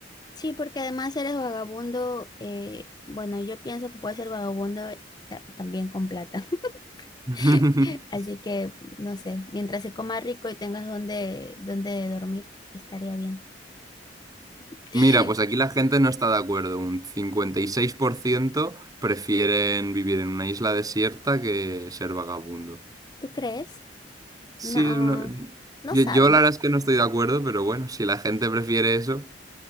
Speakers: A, on the left; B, on the right.
A: Sí, porque además eres vagabundo, eh, bueno, yo pienso que puedes ser vagabundo eh, ta- también con plata. <laughs>
B: <laughs>
A: Así que, no sé, mientras se coma rico y tengas donde, donde dormir, estaría bien. <laughs>
B: Mira, pues aquí la gente no está de acuerdo. Un 56% prefieren vivir en una isla desierta que ser vagabundo.
A: ¿Tú crees?
B: Sí,
A: No,
B: es
A: no
B: yo,
A: saben.
B: yo la verdad es que no estoy de acuerdo, pero bueno, si la gente prefiere eso.